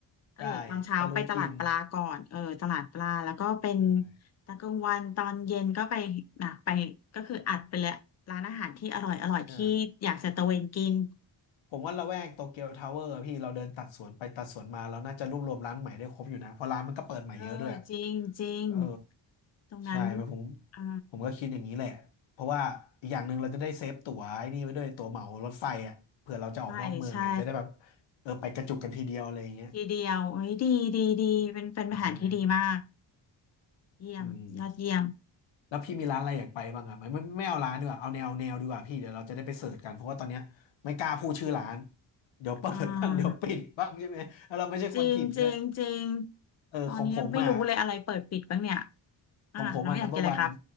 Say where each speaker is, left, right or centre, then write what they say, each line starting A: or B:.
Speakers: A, on the left; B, on the left.
A: เออตอนเช้าไปตลาดปลาก่อนเออตลาดปลาแล้วก็เป็น
B: ได้ตะลุยกินใช่
A: ตอนกลางวันตอนเย็นก็ไปนะไปก็คืออัดไปเลยร้านอาหารที่อร่อยอร่อยที่อยากจะตะเวนกิน
B: ใช่ผมว่าละแวกโตเกียวทาวเวอร์พี่เราเดินตัดสวนไปตัดสวนมาเราน่าจะรวบรวมร้านใหม่ได้ครบอยู่นะเพราะร้านมันก็เปิดใหม่เยอะด้วยอะ
A: เออจริงจริง
B: เออ
A: ตรงนั้น
B: ใช่มันผม
A: อ่า
B: ผมก็คิดอย่างนี้แหละเพราะว่าอีกอย่างหนึ่งเราจะได้เซฟตั๋วไอ้นี่ไว้ด้วยตั๋วเหมารถไฟอ่ะเผื่อเราจะออกนอกเมืองไงจะได้แบบ
A: ใช่ใช่
B: เออไปกระจุกกันทีเดียวอะไรอย่างเงี้ย
A: ทีเดียวเฮ้ยดีดีดีเป็นเป็นแผนที่ดีมาก
B: ใช่ไหม
A: เยี่ยมยอดเยี่ยม
B: อืม แล้วพี่มีร้านอะไรอยากไปบ้างอ่ะไม่ไม่ไม่เอาร้านดีกว่าเอาแนวแนวดีกว่าพี่เดี๋ยวเราจะได้ไปเสิร์ชกันเพราะว่าตอนเนี้ยไม่กล้าพูดชื่อร้านเดี๋ยวเปิดบ้างเดี๋ยวปิดบ้างใช่ไหมแล้วเราไม่ใช่คนถิ่นด้วย
A: อ่าจริงจริงจริง
B: เออของผมอ่ะ
A: ตอนนี้ไม่รู้เลยอะไรเปิดปิดบ้างเนี่ยอ่าน้องอยากกินอะไรครับ
B: ของผมอ่ะ number one